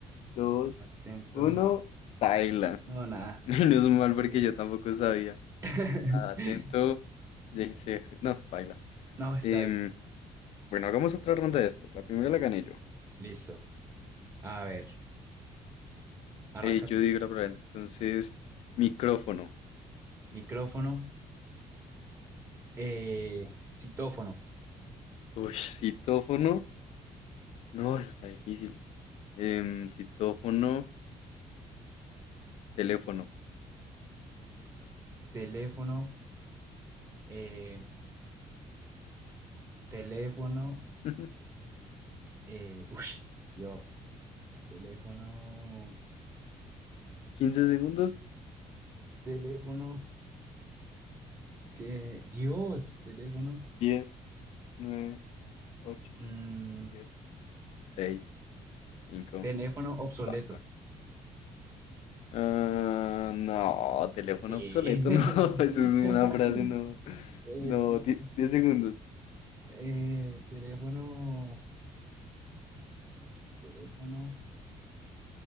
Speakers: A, on the left (about 70°); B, on the right (about 30°).
A: 2,
B: atento.
A: 1. Paila.
B: No, nada,
A: <laughs> Menos
B: no se
A: mal
B: me ocurrió.
A: porque yo tampoco sabía.
B: <laughs>
A: Atento. Dice, no, paila.
B: No, está
A: Em,
B: difícil.
A: bueno, hagamos otra ronda de estas. La primera la gané yo.
B: Listo. A ver, arranca
A: Eh, yo
B: tú.
A: digo la palabra. Entonces, micrófono.
B: Micrófono, eh, citófono,
A: Uy, citófono. No, eso está difícil. Em, citófono, teléfono.
B: teléfono, eh, teléfono,
A: <laughs>
B: eh, <laughs> uy, Dios, teléfono,
A: quince segundos.
B: teléfono, que, Dios, teléfono,
A: diez nueve ocho
B: mm,
A: siete seis Cinco,
B: teléfono obsoleto.
A: cuatro. Ah, no, teléfono
B: Sí.
A: obsoleto,
B: <laughs>
A: no. <laughs> Eso es una frase, no.
B: Eh,
A: No,
B: no,
A: die- diez segundos.
B: eh, teléfono, teléfono,